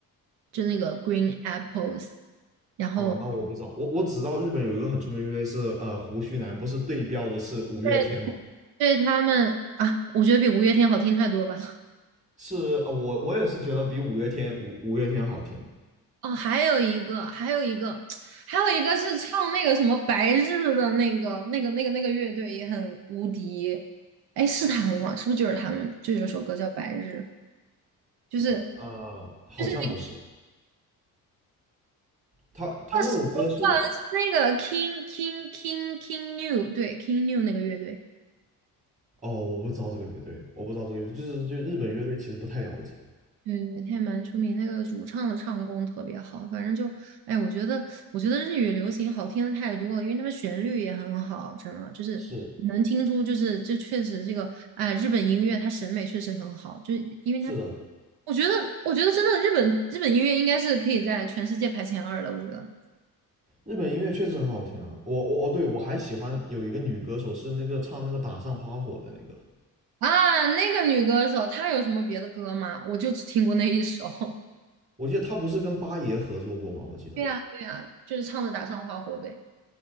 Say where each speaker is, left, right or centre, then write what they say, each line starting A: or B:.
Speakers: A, on the right; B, on the right.
A: 就那个 Green Apples，然后
B: 哦，那我不知道，我我只知道日本有一个很出名的乐队是呃胡须男，不是对标的是五月天吗？
A: 对对他们啊，我觉得比五月天好听太多吧。
B: 是呃，我我也是觉得比五月天五五月天好听，
A: 哦，还有一个，还有一个，<tsk> 还有一个是唱那个什么白日的那个、那个、那个、那个乐队也很无敌。哎，是他们吗？是不是就是他们？就有首歌叫《白日》，就是
B: 呃，好像不是，
A: 就是那个
B: 他他那首歌是，
A: 哦是那个是那个 King King King King New，对 King New 那个乐队。
B: 哦，我不知道这个乐队，我不知道这个乐队，就是就日本乐队其实不太了解，
A: 对，他也蛮出名，那个主唱的唱功特别好，反正就，哎，我觉得，我觉得日语流行好听的太多了，因为他们旋律也很好，真的就是能听出，
B: 是
A: 就是这确实这个，哎，日本音乐它审美确实很好，就是因为它，
B: 是的，
A: 我觉得，我觉得真的日本日本音乐应该是可以在全世界排前二的，我觉得
B: 日本音乐确实很好听啊，我我哦对，我还喜欢有一个女歌手是那个唱那个打上花火的那个，
A: 啊，那个女歌手她有什么别的歌吗？我就只听过那一首，
B: 我记得她不是跟八爷合作过吗？我记得
A: <laughs> 对呀，对呀，就是唱的《打上花火呗。